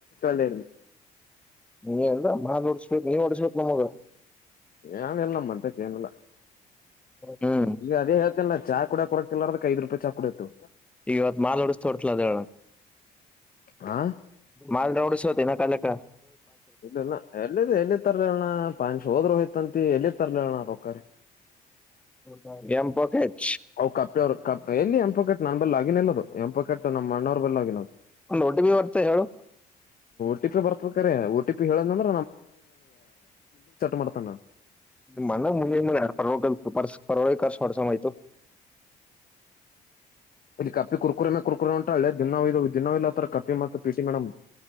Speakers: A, on the left; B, in the centre.
A: ಲ್ಲ
B: ನೀ ಅಲ್ಲ ಮಾ್ ಹೊಡಿಸ್ಬೇಕಕ್ ನೀ್ ಹೊಡಿಸ್ಬೇಕಕ್ ನಮಗ
A: ಏನ್ ಎಲ್ಲ ನಮ್ಮಂತಕ್ಕೆ ಏನಲ್ಲ
B: ಹ್ಮ್
A: ಇ ಅದೇ ಇಲ್ಲ ಚ ಕೂಡ ಕೊರಕ ಇ ಅದ ಐ ರೂಪಾಯಿ ಚ ಕೂಡ ಇತತ್ತು
B: ಈ ಇವತ್ತು ಮಾಲ್ ಉಡಸ್ತೋಡ್ತಲ ಅದ
A: ಹಾ
B: ಮಾಲ್ ಉಡಸ್ೋತಿನ ಕಲಕ
A: ಇಲ್ಲ ಎಲ್ಲಿ ಎಲ್ಲಿ ತರ್ಲ ಅ್ಣ ಪಾಂಷ ಹೋದ್ರು ಹಯ್ತಂತ ಎಲ್ಲಿ ತರ್ಲ ಅ್ಣ ರೊಕ್ಕಾರ್
B: ಹ ಗ್ಯಾಮ ಪಖೆತ್
A: ಅವ ಕಪ್ಪೆವರು ಕಪ್ಪೆ ಎಲ್ಲಿ ಎಂಪ ಕಟ್ಟ ನನ್ ಬಲ್ ಆಗಿನಲ್ಲ ಅ ಎಂಪಕಟ್ಟ ನಮ್ಮ ಅ್ಣ್ರ ಬಲ್ಲ ಆಗಿನದು
B: ಒಂದು ರೋಟಿ ಬಿ ಬರ್ತ ಹೇಳು
A: ಟಿ ಪಿ ಬರ್ತಬೇಕ್ರಾರೆ ಟಿ ಪಿ ಹೇಳದ್ಂದ್ರ ಮಾಡ್ತಾನ
B: ಮಾನ ಮು ಮು ಯ ಪರವಾಗ ಪಸ ಪರವಳ ಕ ಸ್ ಹೊಡ್ಸ ಮಾಹಿತು
A: ಇಲ್ಲಿ ಕಪ್ಪಿ ಕುರ್ಕುರೇ ಕ ಕುರ್ಕುರು ಅಂತಟಳ್ಳದು ಜದು ಜಿನ್ನ ಲ ಕಪ್ಪಿ ಮ ಪಿಟಿ ಮೇಡಮ್